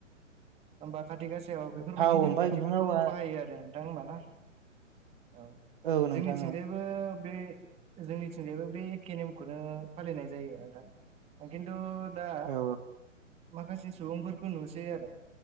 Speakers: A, on the right; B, on the right.
A: होमबा खाथि गासायाव बेफोरबायदि
B: थाव ओमफ्राय
A: नेमखान्थिफोरखौ
B: खुन्दुं आवा
A: बाहायो आरो नोंथां होमबा ना औ
B: औ
A: जोंनिथिंजाय
B: नोंथां औ
A: बो बे जोंनिथिंजायबो बे एखे नेमखौनो फालिनाय जायो नोंथां खिन्थु दा
B: औ
A: माखासे सुबुंफोरखौ नुसै आरो